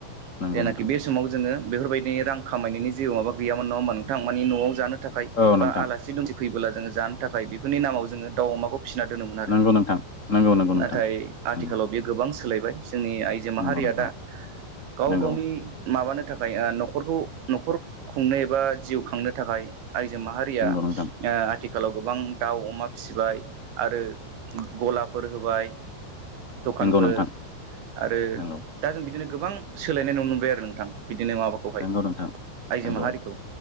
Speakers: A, on the left; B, on the right.
A: नंगौ
B: जायनाखि
A: नोंथां
B: बे समाव जोङो बेफोरबायदिनि रां खामायनायनि जेबो माबा गैयामोन नङा होमबा नोंथां माने न'आव जानो थाखाय
A: औ नोंथां
B: बा आलासि दुमसि फैयोब्ला जोङो जानो थाखाय बेफोरनि नामाव जोङ दाउ अमाखौ फिसिना दोनोमोन आरो।
A: नंगौ नोंथां
B: नाथाय आथिखालाव
A: नंगौ
B: बे गोबां सोलायबाय जोंनि आइजो माहारिया
A: नंगौ नोंथां
B: दा गाव
A: नंगौ
B: गावनि मा माबानो थाखाय न'खरखौ न'खर खुंनो एबा जिउ खांनो थाखाय आइजो माहारिया
A: नंगौ
B: ओ
A: नोंथां नंगौ नोंथां
B: आथिखालाव गोबां दाउ अमा फिसिबाय आरो गलाफोर होबाय। दखानफोर
A: नंगौ नोंथां
B: आरो
A: नंगौ
B: दा जों बिदिनो गोबां सोलायनाय नुनो मोनबाय आरो नोंथां। बिदिनो माबाखौहाय
A: नंगौ नोंथां
B: आइजो
A: नंगौ
B: माहारिखौ